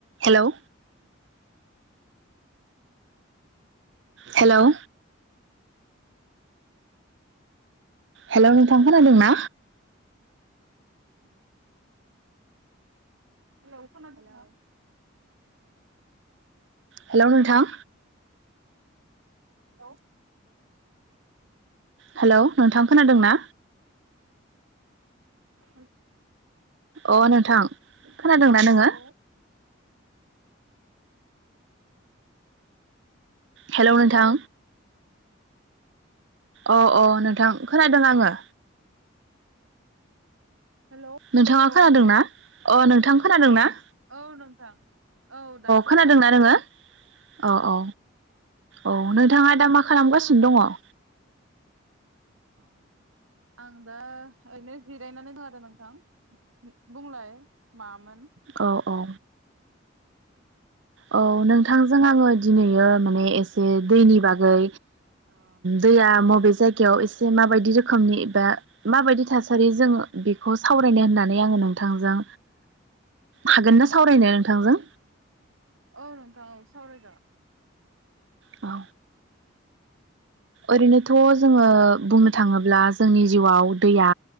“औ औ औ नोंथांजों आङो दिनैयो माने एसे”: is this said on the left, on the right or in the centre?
Right